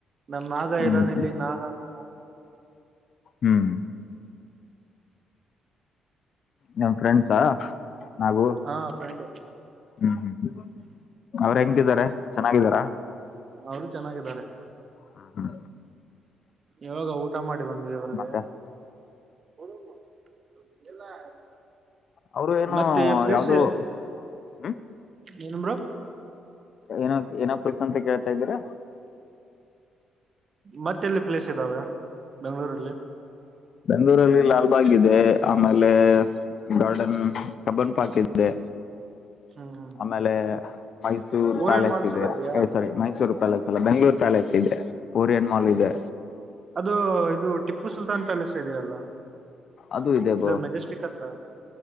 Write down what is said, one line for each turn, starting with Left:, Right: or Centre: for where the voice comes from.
Right: ನಮ್ಮ ನಾಗ
Left: ಹ್ಮ್
Right: ಇದಾನ ಇಲ್ಲಿ ನಾಗನು
Left: ಹ್ಮ್ ನಮ್ ಫ್ರೆಂಡ್ಸಾ ನಾಗು
Right: ಹಾ ಫ್ರೆಂಡ್
Left: ಹ್ಮ್ ಹ್ಮ್ ಹ್ಮ್ ಅವ್ರ ಹೆಂಗಂತಿದ್ದಾರೆ ಚೆನ್ನಾಗಿದ್ದಾರ
Right: ಅವರು ಚೆನ್ನಾಗಿದ್ದಾರೆ
Left: ಹಾ ಹ
Right: ಯವಾಗ ಊಟ ಮಾಡಿ ಬಂದ್ವಿ ಇವರ್ಗೆ
Left: ಮತ್ತೆ
Right: ಬಲ್ಲ
Left: ಅವರು ಏನು
Right: ಮತ್ತೆ ಪ್ಲೇಸ್
Left: ಯಾವ್ದೋ ಹ್ಮ್
Right: ಏನು ನಬ್ರೊ
Left: ಏನೋ ಏನೋ ಪ್ಲೇಸ್ ಅಂತ ಕೇಳ್ತಾ ಇದ್ದೀರಾ
Right: ಮತ್ತೆಲ್ಲಿ ಪ್ಲೇಸ್ ಇದ್ದಾವೆ ಬೆಂಗ್ಗಳೂರಲ್ಲಿ
Left: ಬೆಂಳೂರಲ್ಲಿ ಲಾಲ್ಬಾಗ್ ಇದೆ ಆಮೇಲೆ ಗಾರ್ಡನ್ ಕಬನ್ ಪಾಕ್ ಇದೆೆ
Right: ಹ್ಮ್ ಹ್ಮ್
Left: ಆಮೇಲೆ ಮೈಸೂರ್
Right: ಓರಿಯಂಟ್
Left: ಪ್ಯಾಲೇಸ್
Right: ಮಾಲ್
Left: ಇದೆ
Right: ಚಲೋ ಇದೆಯಾ
Left: ಸಾರಿ ಮೈಸೂರು ಲಲ ಬ ಬೆಂ ಪ ತಾಲೇಸ್ ಇದೆ ಓರಿಯನ್ ಮಾಲ್ ಇದೆ
Right: ಅದು ಇದು ಟಿಪ್ಪು ಸುಲ್ತಾನ್ ಪ್ಯಾಲೇಸ್ ಇದೆಯಲ್ಲ
Left: ಅದು ಇದೆ ಬೋ
Right: ಇದು ಮೆಜೆಸ್ಟಿಕ್ ಹತ್ರ